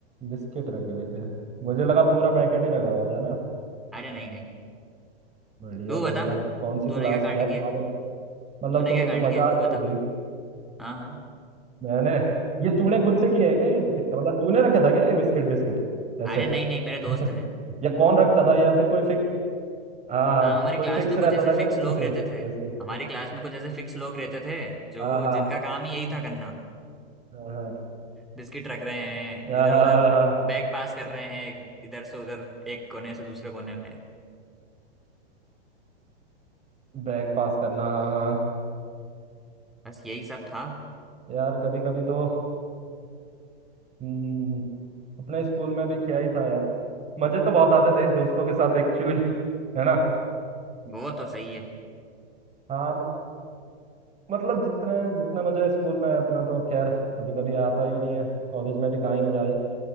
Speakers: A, on the right (about 20°); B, in the centre.
A: बिस्किट रखे हुए थे मुझे लगा पूरा पैकेट ही रखा हुआ था ना
B: अरे नहीं नहीं
A: बढ़िया
B: तू बता
A: बढ़िया कौन सी
B: तूने
A: क्लास
B: क्या कांड
A: यार
B: किया
A: तुम्हारे मतलब
B: तूने
A: तुम्हें
B: क्या कांड
A: तो मजा
B: किया तू
A: आती
B: बता
A: होगी
B: हाँ हाँ
A: मैंने ये तूने खुद से किया है क्या ये मतलब तूने रखा था क्या ये बिस्किट बिस्किट ऐसे
B: अरे नहीं नहीं मेरे दोस्त
A: <laughs>
B: ने
A: या कौन रखता था या फिर कोई फिक्स हाँ
B: हाँ
A: हाँ
B: हमारी
A: कोई
B: क्लास
A: फिक्स
B: में कुछ
A: रहता
B: ऐसे
A: था
B: फिक्स
A: क्या तुम
B: लोग
A: में से
B: रहते थे
A: ऐसे
B: हमारी क्लास में कुछ ऐसे फिक्स लोग रहते थे जो
A: हाँ हाँ
B: जिनका काम ही यही था करना
A: हाँ हाँ
B: बिस्किट रख रहे हैं
A: हाँ
B: इधर
A: हाँ,
B: उधर
A: हाँ, हाँ, हाँ।
B: बैग पास कर रहे हैं इधर से उधर एक कोने से दूसरे कोने में
A: बैग पास करना हाँ हाँ हाँ।
B: बस यही सब था
A: यार कभी कभी तो हम्म, हम्म, हम्म, हम्म। अपने स्कूल में भी क्या ही था यार मजे तो बहुत आते थे दोस्तों के साथ एक्चुअली है ना
B: वो तो सही है
A: हाँ मतलब जितने जितना मजा है स्कूल में आया, उतना तो खैर कभी कभी आता ही नहीं है कॉलेज में भी कहाँ ही मजा आए